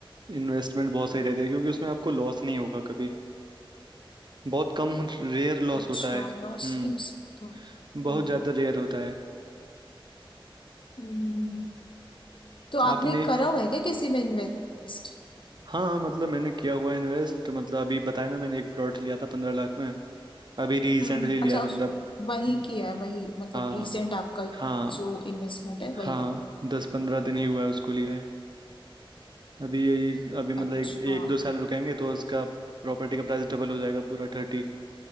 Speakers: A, on the right; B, on the left.
A: इन्वेस्टमेंट बहुत सही रहती है क्योंकि उसमें आपको लॉस नहीं होगा कभी बहुत कम रेयर लॉस
B: अच्छा
A: होता है हम्म
B: लॉस में हो सकता
A: बहुत
B: हूँ।
A: ज्यादा रेयर होता है
B: हम्म, तो आपने
A: आपने
B: करा हुआ है क्या किसी में इन्वेस्ट
A: हाँ मतलब मैंने किया हुआ इन्वेस्ट मतलब अभी बताया ना मैंने एक प्लॉट लिया था पंद्रह लाख में अभी रिसेंटली
B: हम्म
A: लिया
B: अच्छा
A: है
B: उस
A: मतलब
B: वही
A: न-
B: किया है वही मतलब
A: हाँ
B: रिसेंट आपका
A: हाँ
B: जो इन्वेस्टमेंट है वही
A: हाँ
B: है
A: दस पंद्रह दिन ही हुआ है उसको लिया है अभी यही अभी मतलब
B: अच्छा
A: एक, एक दो साल रुकेंगे तो उसका प्रॉपर्टी का प्राइस डबल हो जाएगा पूरा थर्टी